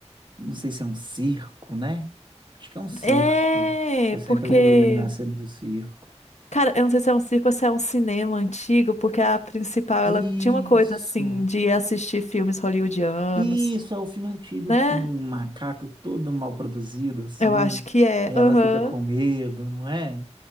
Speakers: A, on the right (about 40°); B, on the left (about 75°).
A: não sei se é um circo, né? Acho que é um circo.
B: É,
A: Eu sempre
B: porque,
A: lembro bem da cena do circo.
B: cara, eu não sei se é um circo ou se é um cinema antigo, porque a principal,
A: Isso.
B: ela tinha uma coisa, assim, de assistir filmes hollywoodianos,
A: Isso, é o filme antigo
B: né?
A: que tem um macaco todo mal produzido, assim.
B: Eu acho que é,
A: Aí ela
B: aham,
A: fica com medo, não é?